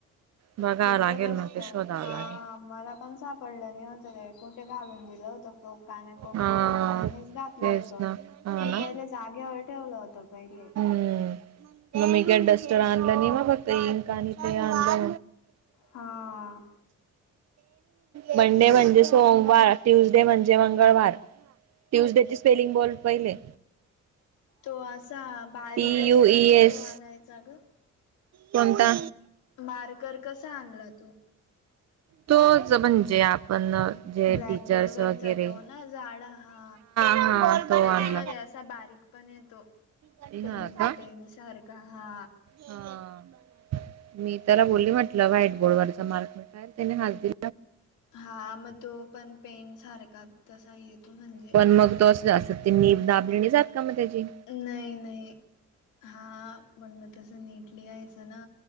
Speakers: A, on the right; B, on the left.
A: बघावं
B: होत
A: लागेल
B: डस्टर
A: मग ते शोधावं
B: हा.
A: लागेल.
B: मला पण सापडलं नाही होतं ते कुठे घालून दिलं होतं. काण्याकोपऱ्यामध्ये
A: हा
B: त्यांनीच घातलं
A: तेच
B: होत
A: ना हा
B: मी
A: ना.
B: पहिले जागेवर ठेवलं होत पहिले.
A: हम्म मग म का डस्टर आ आणला नाही मग फत इन काणी ते आणला
B: हां
A: मंडे म्हणजे सोमवार ट्युजडे म्हणजे मंगळवार ट्यूजडेची स्पेलिंग बोल पहिले.
B: तो असा बारीक
A: टी
B: असतो
A: यू ई
B: ना
A: एस
B: तो आणायचा ग!
A: कोणता?
B: मारकर कसा आणला तो?
A: तोच म्हणजे आपण जे
B: ब्लॅकबोर्ड
A: टीचर्स
B: वर
A: वगैरे
B: जातो ना झाड हा
A: हा तो
B: त्याच्यामध्ये
A: आणला
B: अस अस बारीक पण येतो
A: हा
B: पेन
A: का
B: पेनसारखा हा
A: हा मी त्याला बोलली म्हटलं व्हाईट बोर्डवररचा मार्क म्हतय त्याने हस दि
B: हा मग तो पण पेन सारखा तसा येतो म्हणजे
A: पण मग तस असत ते मी दाबलेणे जात का मग त्याचे
B: नाही नाही हा म्हण म तसं नीटली यायचं ना.